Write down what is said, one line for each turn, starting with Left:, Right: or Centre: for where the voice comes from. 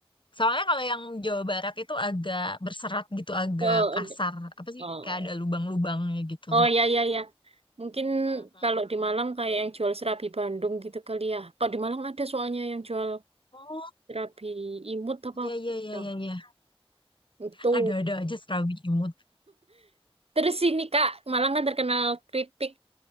Left: Soalnya kalau yang Jawa Barat itu agak berserat gitu, agak
Right: Oh,
Left: kasar.
Right: ada-
Left: Apa sih?
Right: oh,
Left: Kayak ada lubang-lubangnya gitu.
Right: oh ya ya ya. Mungkin
Left: Mhm.
Right: kalau di Malang kayak yang jual serabi Bandung gitu kali ya. Kalau di Malang ada soalnya yang jual
Left: Oh,
Right: serabi imut apa
Left: iya
Right: apa.
Left: iya iya
Right: Nah,
Left: iya. iya.
Right: itu.
Left: Ada
Right: <laughs>
Left: ada aja serabi imut.
Right: Terus ini Kak, Malang kan terkenal keripik.